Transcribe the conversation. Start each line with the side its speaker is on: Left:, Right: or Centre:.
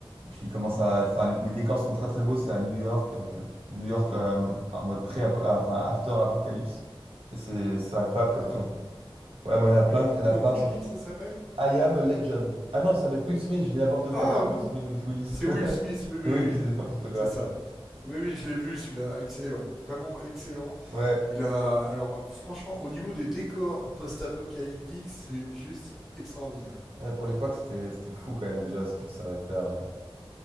Right: puis, comment ça, enfin, les décors sont très très beaux. C'est à New York, euh, New York euh, en mode pré enfin, after-apocalypse. Et c'est c'est incroyable comme
Centre: D'accord
Right: film. Ouais, bon, il y en a plein, il y en a
Centre: Comment
Right: plein
Centre: tu
Right: de sortes.
Centre: dis que ça s'appelle
Right: I Am Legend. Ah non, c'est avec Will Smith, je dis n'importe
Centre: Ah
Right: quoi, pas Bruce
Centre: oui,
Right: Smith- Willis.
Centre: c'est
Right: <laughs>
Centre: Will Smith. Oui, oui,
Right: Oui,
Centre: oui.
Right: je dis n'importe quoi.
Centre: C'est ça. Oui, oui, je l'ai vu celui-là, excellent, vraiment excellent.
Right: Ouais,
Centre: Il a, alors franchement, au niveau des décors post-apocalyptiques, c'est juste extraordinaire.
Right: Ouais, pour l'époque, c'était c'était fou quand même déjà ce qu'il savait faire. euh,